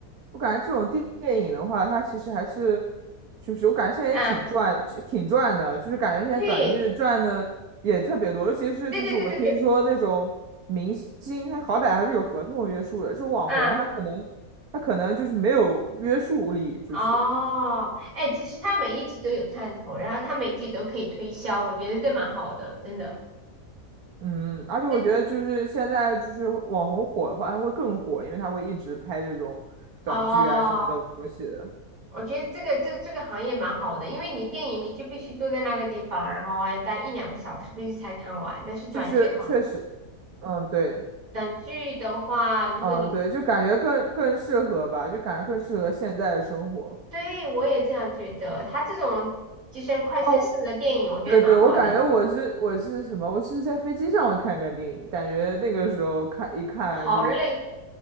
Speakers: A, on the right; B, on the right.
A: 我感觉这种电电影的话，它其实还是，就是我感觉现在也挺赚，
B: 啊，
A: 就挺赚的，就是感觉现在短剧赚的也特别多，
B: 对，
A: 尤其是就是我听说那种明星，
B: 对对对对对，
A: 他好歹还是有合同约束的，这种网红他可能
B: 啊，
A: 他可能就是没有约束力，就是
B: 哦，哎，其实它每一集都有看头，然后它每一集都可以推销，我觉得这蛮好的，真的。
A: 嗯，而且我觉得就是现在就是网红火的话，
B: 这
A: 他会更火，因为他会一直拍这种短剧啊什么东西的。
B: 哦，我觉得这个这个这个行业蛮好的，因为你电影你就必须坐在那个地方，然后还待一两个小时，必须才看完。但是短剧的话，
A: 就是确实，嗯，对，
B: 短剧的话，如果你
A: 嗯，对，就感觉更更适合吧，就感觉更适合现在的生活。
B: 对我也这样觉得，它这种就像快餐式的电影，
A: 哦，
B: 我觉得蛮好的，
A: 对对，我感觉我是我是什么？我是在飞机上看看电影，感觉那个时候看一看就
B: 好累